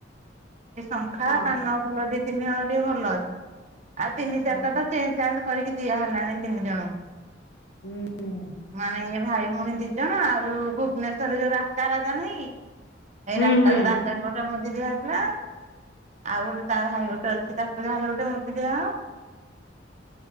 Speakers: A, on the right (about 40°); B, on the left (about 65°).
A: <inaudible> ଏଇ ଶଙ୍ଖା,
B: ହଁ
A: କାନ ଫୁଲ ଦି, ତିନି ହଳ ଟିକେ ଭଲ ଅଛି। ଆଉ ତିନି,
B: ହଁ,
A: ଚାର ଟା ତ ଚେନ୍ ଚେଞ୍ଜ୍ କରିକି ଦିଆ ହେଲାଣି ତିନି ଜଣଙ୍କୁ।
B: ଉଁ, ହୁଁ।
A: ମାନେ ଇଏ ଭାଇ, ଭଉଣୀ ଦି ଜଣ, ଆଉ ଯୋଉ ଭୁବନେଶ୍ଵରରେ ଯଉ ରାତା ରାଜା ନାହିଁ! ଏଇ
B: ହୁଁ
A: ରାସ୍ତା
B: ହୁଁ
A: ରାଜା ଗଟେ ମୁଁନ୍ ଦି ଦିଆ ହେଇଥିଲା। ଆଉ ଗୋଟେ ତା ଭାଇ ଗୋଟେ ଅଛି, ତାକୁ ଯାହେଲେ ଗୋଟେ ମୁଦି ଦିଆଁ ହଉ।